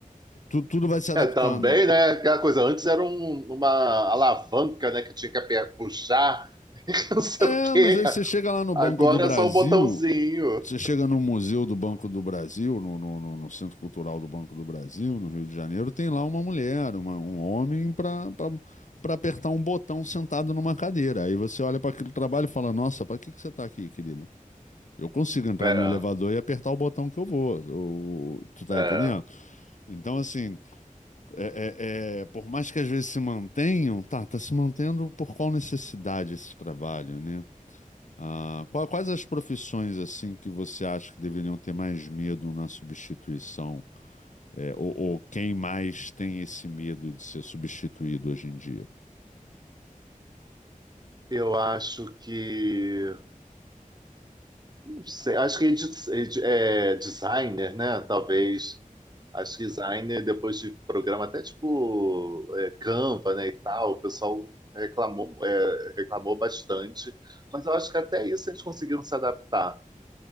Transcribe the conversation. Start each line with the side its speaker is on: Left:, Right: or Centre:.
Left: tu- tudo vai se adaptando.
Right: É, também, né? Aquela coisa, antes era um- uma alavanca, né? Que tinha que aper- puxar, <laughs> e não sei
Left: É,
Right: o quê.
Left: mas aí você chega lá no
Right: Agora
Left: Banco do Brasil,
Right: é só um botãozinho.
Left: você chega no Museu do Banco do Brasil, no, no, no- no Centro Cultural do Banco do Brasil, no Rio de Janeiro, tem lá uma mulher, uma- um homem para para apertar um botão sentado numa cadeira. Aí você olha para aquele trabalho e fala: Nossa, para que que você está aqui, querida? Eu consigo entrar
Right: É,
Left: no elevador e apertar o botão que eu vou. eu- tu tá
Right: é.
Left: entendendo? Então, assim, é- é- é, por mais que às vezes se mantenham, tá, tá se mantendo por qual necessidade esse trabalho, né? Ah, qua- quais as profissões, assim, que você acha que deveriam ter mais medo na substituição? É, ou, ou quem mais tem esse medo de ser substituído hoje em dia?
Right: Eu acho que. Não sei, acho que edi- edi- é, designer, né? Talvez. Acho que designer, depois de programa, até tipo é, Canva, né? E tal, o pessoal reclamou, é, reclamou bastante. Mas eu acho que até isso eles conseguiram se adaptar.